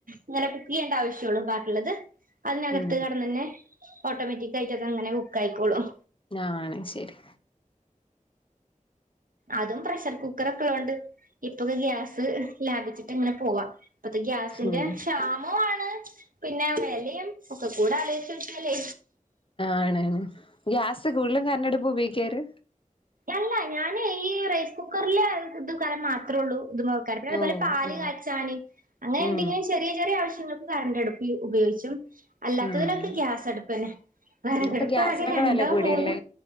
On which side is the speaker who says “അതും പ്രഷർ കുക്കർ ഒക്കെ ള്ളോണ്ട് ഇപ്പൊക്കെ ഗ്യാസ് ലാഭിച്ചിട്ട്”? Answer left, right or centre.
Right